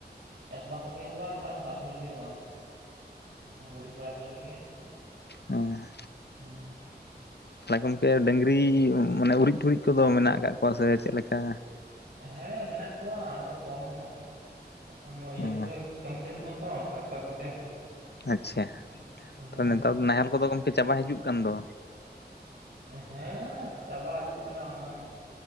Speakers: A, on the right; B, on the left.
A: ᱪᱟᱥ ᱵᱟᱥ ᱞᱟᱹᱜᱤᱫ ᱦᱚᱸ ᱵᱟᱝ ᱟᱨ ᱚᱱᱠᱟ ᱟᱹᱥᱩᱞ ᱞᱟᱹᱜᱤᱫ ᱦᱚᱸ ᱵᱟᱝ ᱜᱩᱨᱤᱡ ᱵᱟᱲᱟ ᱠᱚ ᱞᱟᱹᱜᱤᱫ ᱜᱮ᱾
B: ᱚᱸ
A: ᱦᱩᱸ
B: ᱛᱟᱦᱮ ᱜᱚᱝᱠᱮ ᱰᱟᱹᱝᱨᱤ ᱢᱟᱱᱮ ᱩᱨᱤᱡ ᱴᱩᱨᱤᱡ ᱠᱚᱫᱚ ᱢᱮᱱᱟᱜ ᱟᱠᱟᱫ ᱠᱚᱣᱟ ᱥᱮ ᱪᱮᱫ ᱞᱮᱠᱟ᱾
A: ᱦᱮᱸ ᱢᱮᱱᱟᱜ ᱠᱚᱣᱟ ᱟᱫᱚ ᱠᱚᱢ ᱧᱚᱜ᱾ ᱮᱠᱷᱚᱱ ᱫᱚ ᱤᱭᱟᱹ
B: ᱚ
A: ᱠᱚᱛᱮ ᱠᱟᱹᱢᱤ ᱪᱟᱹᱞᱩᱜ ᱠᱟᱱᱟ ᱛᱚ ᱴᱨᱟᱠᱴᱟᱨ ᱠᱚᱛᱮ᱾
B: ᱟᱪᱪᱷᱟ
A: ᱦᱳᱭ
B: ᱛᱟᱵᱮ ᱱᱮᱛᱟᱨ ᱫᱚ ᱱᱟᱦᱮᱞ ᱠᱚᱫᱚ ᱜᱚᱝᱠᱮ ᱪᱟᱵᱟᱭ ᱦᱤᱡᱩᱜ ᱠᱟᱱ ᱫᱚ᱾
A: ᱦᱮᱸ ᱪᱟᱵᱟ ᱦᱤᱡᱩᱜ ᱠᱟᱱᱟ ᱚᱱᱟ